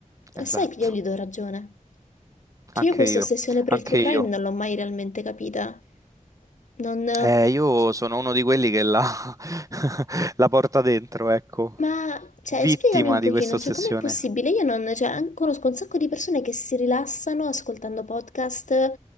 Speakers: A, on the left; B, on the right.
A: E
B: Esatto,
A: sai che io gli do ragione. Cioè
B: anche
A: io questa
B: io,
A: ossessione per
B: anche
A: il true
B: io.
A: crime non l'ho mai realmente capita. Non...
B: Eh,
A: c-
B: io sono uno di quelli che la, <laughs> la porta dentro, ecco,
A: Ma, cioè,
B: vittima
A: spiegami un pochino,
B: di questa ossessione.
A: cioè, com'è possibile? Io non... Cioè, an- conosco un sacco di persone che si rilassano ascoltando podcast